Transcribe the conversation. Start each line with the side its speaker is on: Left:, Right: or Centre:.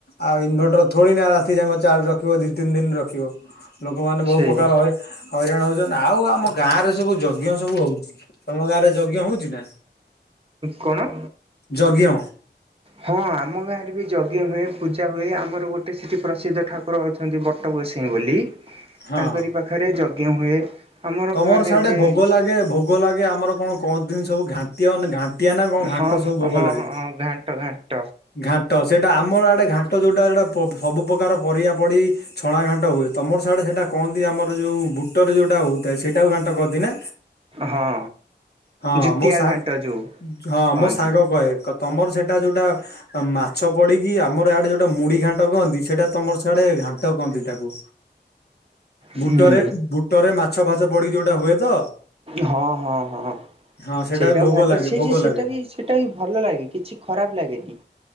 Left: ଆଉ ଇନଭର୍ଟର ଥୋଡିନା ରାତି ଯାଙ୍କ ଚାର୍ଜ ରଖିବ ଦି ତିନ୍ ଦିନ୍ ରଖିବ। ଲୋକମାନେ ବହୁ
Right: ସେଇ
Left: ପକାର ହଇ ହଇରାଣ ହଉଚନ୍। ଆଉ ଆମ ଗାଁରେ ସବୁ ଯଜ୍ଞ ସବୁ ହଉଚି, ତମ ଗାଁରେ ଯଜ୍ଞ ହଉଚି ନା?
Right: କଣ?
Left: ଯଜ୍ଞ।
Right: ହଁ ଆମ ଗାଁରେ ବି ଯଜ୍ଞ ହୁଏ ପୂଜା ହୁଏ ଆମର ଗୋଟେ ସେଠି ପ୍ରସିଦ୍ଧ ଠାକୁର ଅଛନ୍ତି ବ ଟ ଗୋସେଇଁ ବୋଲି
Left: ହଁ।
Right: ତାଙ୍କରି ପାଖରେ ଯଜ୍ଞ ହୁଏ ଆମର
Left: ତମର
Right: ଗାଁରେ
Left: ସେଆଡେ
Right: ଏବେ
Left: ଭୋଗ ଲାଗେ ଭୋଗ ଲାଗେ ଆମର କଣ କହଁନ୍ତିନି ସବୁ ଘାଣ୍ଟିଅ ନେ ଘାଣ୍ଟି ଆ ନା କଣ
Right: ହଁ
Left: ଘାଣ୍ଟ ସବୁ ଭୋଗ
Right: ହଁ
Left: ଲାଗେ।
Right: ହଁ ଘାଣ୍ଟ ଘାଣ୍ଟ
Left: ଘାଣ୍ଟ ସେଇଟା ଆମର ଆଡେ ଘାଣ୍ଟ ଯୋଉଟା ଏଉଡା ପ ସବୁ ପକାର ପରିଆ ପଡି ଛଣା ଘାଣ୍ଟ ହୁଏ ତମର ସିଆଡ଼େ ସେଇଟା କହନ୍ତି ଆମର ଯୋଉ ବୁଟରେ ଯୋଉଟା ହଉଥାଏ ସେଇଟାକୁ ଘାଣ୍ଟ କହନ୍ତି ନା?
Right: ହଁ
Left: ହଁ
Right: ଜୁତିଆ
Left: ମୋ ସାଙ୍ଗ୍
Right: ଘାଣ୍ଟ ଯୋଉ
Left: ହଁ
Right: କହନ୍ତି
Left: ମୋ ସାଙ୍ଗ କହେ କ ତମର ସେଟା ଯୋଉଟା ମାଛ ପଡିକି ଆମର ଇଆଡେ ଯୋଉଟା ମୁଢ଼ି ଘାଣ୍ଟ କହନ୍ତି ସେଇଟା ତମର ସିଆଡେ ଘାଣ୍ଟ କହନ୍ତି ତାକୁ।
Right: ହୁଁ
Left: ବୁଟରେ ବୁଟରେ ମାଛ ଫାଛ ପଡିିକି ଯୋଉଟା ହୁଏ ତ?
Right: ହଁ, ହଁ, ହଁ,
Left: ହଁ ସେଇଟା
Right: ସେଇଟାକୁ
Left: ଭୋଗ
Right: ଘାଣ୍ଟ
Left: ଲାଗେ
Right: ସେ
Left: ଭୋଗ
Right: ଯେ ସେଇଟା
Left: ଲାଗେ
Right: ବି ସେଟା ବି ଭଲ ଲାଗେ କିଛି ଖରାପ ଲାଗେନି।